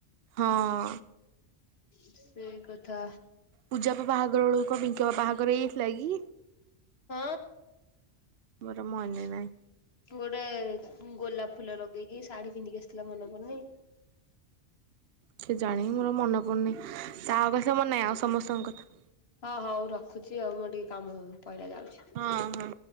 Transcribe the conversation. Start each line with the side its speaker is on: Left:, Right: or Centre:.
Right: ହଁ।
Left: ସେଇ କଥା
Right: ପୂଜା ବାହାଘର ଲୋକ ପଙ୍କ ବାପହାଘର ହେଇଥିଲା କି
Left: ହଁ
Right: ମୋର ମନେ
Left: ତୁ
Right: ନାହିଁ।
Left: ଗୋଟେ ଗୋଲାପ ଫୁଲ ଲଗେଇକି ଶାଢୀ ପିନ୍ଧିକି ଆସିଥିଲା ମନେ ପଡୁନି!
Right: କେ ଜାଣି! ମୋର ମନେ ପଡୁନି ତା କଥା ମନେ ନାହିଁ ଆଉ ସମସ୍ତଙ୍କ କଥା
Left: ହଁ ହଉ ହଉ ରଖୁଛି ଆଉ ମୁଁ ଟିକେ କାମ କହିଲା ଯାଉଛି।
Right: ହଁ ହଁ